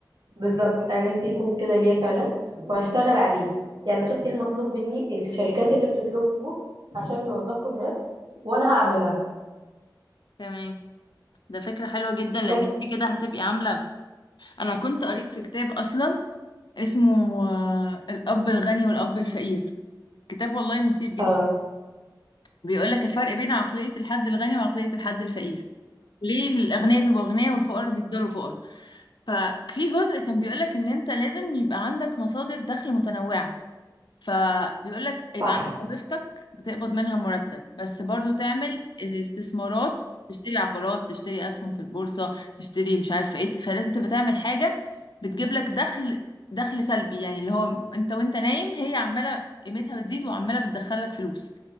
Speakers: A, on the right; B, on the left.
A: بالظبط انا نفسي يكون كده ليا فعلا وهشتغل عليه يعني اشوف ايه المطلوب مني الشركات اللي بتطلبه عشان يوظفوا الناس وانا هعملها
B: تمام ده فكرة حلوة جدا لان
A: بس
B: انتي كده هتبقي عاملة انا كنت قريت في كتاب اصلا اسمه آه، الاب الغني والاب الفقير كتاب والله مثير جدا
A: آه،
B: بيقولك الفرق بين عقلية الحد الغني وعقلية الحد الفقير ليه الأغنياء بيبقوا أغنياء والفقراء بيفضلوا فقراء ففي جزء كان بيقولك إن أنت لازم يبقى عندك مصادر دخل متنوعة فبيقول لك يبقى
A: صح
B: عندك وظيفتك بتقبض منها مرتب بس برضو تعمل استثمارات تشتري عقارات تشتري اسهم في البورصة تشتري مش عارفة ايه فلازم تبقى تعمل حاجة بتجيب لك دخل دخل سلبي يعني اللي هو انت وانت نايم هي عمالة قيمتها بتزيد وعمالة بتدخلك فلوس